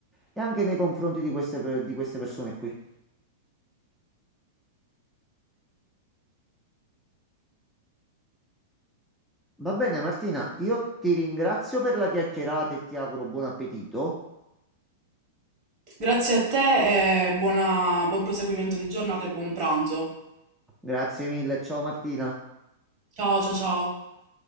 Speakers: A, in the centre; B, on the right (about 40°).
A: e anche nei confronti di queste, di queste persone qui. Va bene, Martina, io ti ringrazio per la chiacchierata e ti auguro buon appetito.
B: Grazie a te e buona- buon proseguimento di giornata e buon pranzo.
A: Grazie mille, ciao Martina.
B: Ciao, ciao, ciao.